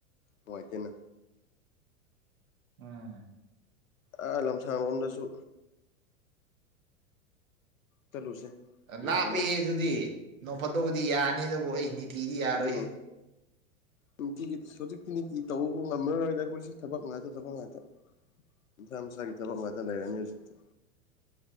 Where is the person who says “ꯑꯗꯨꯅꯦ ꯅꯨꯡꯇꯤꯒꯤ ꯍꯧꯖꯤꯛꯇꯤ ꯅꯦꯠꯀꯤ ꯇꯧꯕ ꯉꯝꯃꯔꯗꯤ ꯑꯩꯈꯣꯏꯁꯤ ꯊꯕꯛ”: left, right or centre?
Left